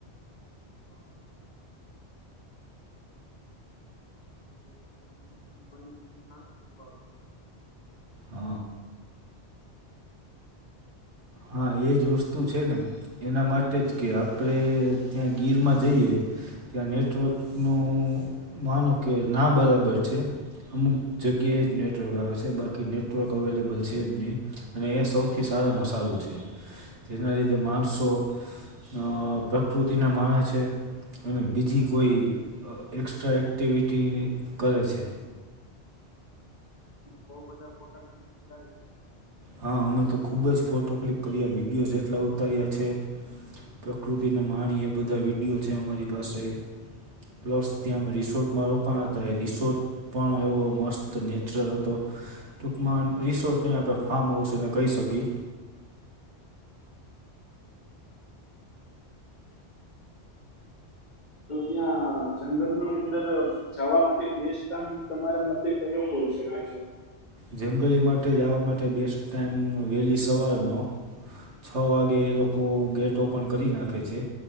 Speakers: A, on the left (about 40°); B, on the right (about 80°).
A: <inaudible> <inaudible> <inaudible> <unintelligible> પછી
B: હ
A: આપણે ઓટીપી ઓટીપી કરીએ તો કઈ રીતે?
B: હા એજ વસ્તુ છે ને એના માટે જ કે આપણે ત્યાં ગીરમાં જઈએ ત્યાં નેટવર્કનું માનો કે ના બરાબર છે અમુક જગ્યાએ જ નેટવર્ક આવે છે બાકી નેટવર્ક અવેલેબલ છે જ નહીં અને એ સૌથી સારા મસાલ છે જેના લીધે માણસો હ પ્રકૃતિને માણે છે અને બીજી કોઈ એક્સ્ટ્રા એ એક્ટિવિટી કરે છે
A: બઉ બધા ફોટા ક્લિક કર્યા છે
B: હા અમે તો ખૂબ જ ફોટો ક્લિક કર્યા વિડિયોઝ એટલા ઉતાર્યા છે પ્રકૃતિને માણી એ બધા વિડીયો છે અમારી પાસે પ્લસ ત્યાં રિસોર્ટમાં રોકાણ હતા એ રિસોર્ટ પણ એવો મસ્ત નેચરલ હતો ટૂંકમાં રિસોર્ટ ન આપણે હા માઉસે ન કહી શકી
A: તો ત્યાં જંગરની અંદર જવા માટે બેસ્ટ કામ તમારા માટે તો એવ બોલી શકે છે
B: જંગલી માટે જવા માટે બેસ્ટ ટાાઈમ વહેલી સવારનો છ વાગે એ લોકો ગેટ ઓપન કરી નાખે છે.